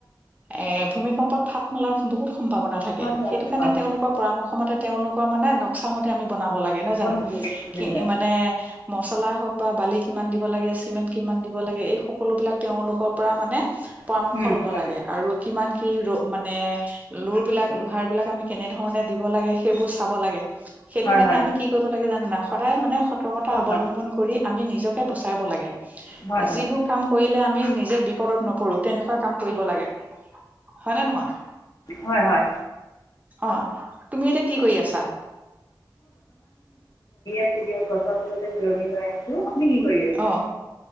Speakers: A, on the right; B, on the left.
A: এ ভূমিকম্পত ফাট মেলা বহুত সম্ভাৱনা থাকে
B: হয়
A: সেইটো কাৰণে
B: হয় হয়
A: তেওঁলোকৰ পৰামৰ্শ মতে তেওঁলোকৰ মানে নক্সা মতে আমি বনাব লাগে নহয়
B: বনাব
A: জানো
B: লাগে তেনেহ'লে
A: কি মানে মচলা হওক বা বালি কিমান দিব লাগে চিমেন্ট কিমান দিব লাগে এই সকলো বিলাক তেওঁলোকৰ পৰা মানে পৰামৰ্শ
B: হয়
A: লব লাগে আৰু কিমান কি ৰ মানে লোৰ বিলাক লোহাৰ বিলাক আমি কেনেধৰণে দিব লাগে সেইবোৰ চাব লাগে। সেইটো
B: হয়
A: কাৰণে
B: হয়
A: আমি কি কৰিব লাগে জানে নে? সদায় মানে সতৰ্কতা
B: হয়
A: অৱলম্বন
B: হয়
A: কৰি আমি নিজক বচাইব লাগে
B: হয় হয়।
A: যিবোৰ কাম আমি নিজে বিপদত নপৰো তেনেকুৱা কাম কৰিব লাগে হয় নে নহয়?
B: হয় হয়।
A: অ' তুমি এতিয়া কি কৰি আছা?
B: দিয় গছৰ তলতে জিৰণি লৈ আছো। আপুনি কি? কৰি আছে
A: অ'